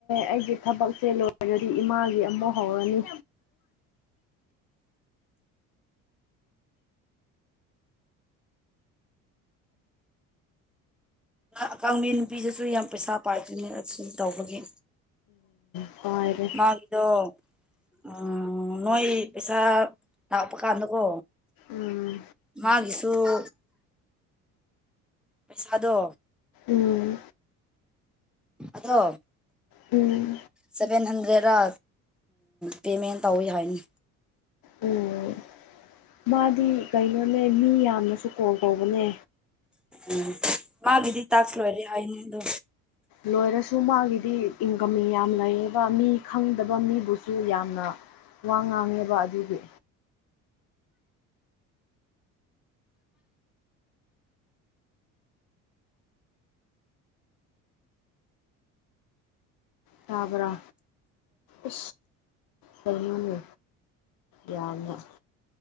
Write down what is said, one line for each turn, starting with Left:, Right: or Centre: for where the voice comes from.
Left: ꯑꯩꯒꯤ ꯊꯕꯛꯁꯦ ꯂꯣꯏꯔꯗꯤ ꯏꯃꯥꯒꯤ ꯑꯃꯨ ꯍꯧꯔꯅꯤ
Centre: <inaudible> ꯑꯀꯕꯤ ꯅꯨꯄꯤꯗꯁꯨ ꯌꯥꯝ ꯄꯩꯁꯥ ꯄꯥꯏꯗꯣꯏꯅꯦ ꯑꯗꯨꯨꯝ ꯇꯧꯕꯒꯤ
Left: ꯎꯝ ꯄꯥꯏꯔꯦ
Centre: ꯃꯗꯨ ꯎ ꯅꯣꯏ ꯄꯩꯁꯥ ꯂꯥꯛꯄ ꯀꯥꯟꯗꯀꯣ
Left: ꯎꯝ
Centre: ꯃꯥꯒꯤꯁꯨꯨ ꯄꯩꯁꯥꯗꯣ
Left: ꯎꯝ
Centre: ꯑꯗꯣ
Left: ꯎꯝ
Centre: ꯁꯚꯦꯟ ꯍꯟꯗ꯭ꯔꯦꯗ ꯄꯦꯃꯦꯟ ꯇꯧꯋꯤ ꯍꯥꯏꯅꯤ
Left: ꯎꯝ ꯃꯥꯗꯤ ꯀꯩꯅꯣꯅꯦ ꯃꯤ ꯌꯥꯝꯅꯁꯨ ꯀꯣꯜ ꯀꯧꯕꯅꯦ
Centre: ꯎꯝ ꯃꯥꯒꯗꯤ ꯇꯥꯁꯂꯔꯔꯤ ꯑꯅ ꯑꯗꯨ
Left: ꯂꯣꯏꯔꯁꯨ ꯃꯥꯒꯤꯗꯤ ꯏꯟꯀꯝ ꯌꯥꯝ ꯂꯩꯌꯦꯕ ꯃꯤ ꯈꯪꯗꯕ ꯃꯤꯕꯨꯁꯨ ꯌꯥꯝꯅ ꯋꯥ ꯉꯥꯡꯉꯦꯕ ꯑꯗꯨꯗꯤ ꯆꯕ꯭ꯔꯥ ꯏ ꯀꯅ ꯌꯥ